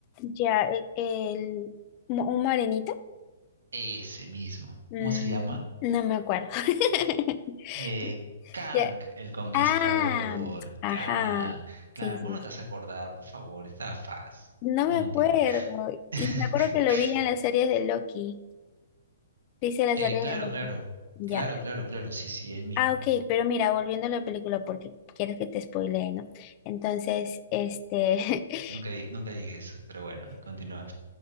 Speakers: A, on the left; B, on the right.
A: Ya, el, el- mo- un morenito,
B: ese mismo,
A: Mm,
B: ¿cómo se llama?
A: no me acuerdo. <laughs>
B: Eh, Kang,
A: Ya,
B: el conquistador,
A: Ah, ajá,
B: Kang, claro,
A: sí,
B: ¿cómo
A: sí,
B: no
A: sí.
B: te vas a acordar? Por favor, estaba fácil,
A: No
B: no
A: me
B: mentira.
A: acuerdo.
B: <laughs>
A: Y me acuerdo que lo vi en las series de Loki. Dice las
B: Eh,
A: series
B: claro,
A: de Loki.
B: claro,
A: Ya.
B: claro, claro, claro, sí, sí, él mismo.
A: Ah, ok, pero mira, volviendo a la película, porque quieres que te spoilee, ¿no? Entonces, este, <laughs>
B: Nunca, di- nunca dije eso, pero bueno, continúa.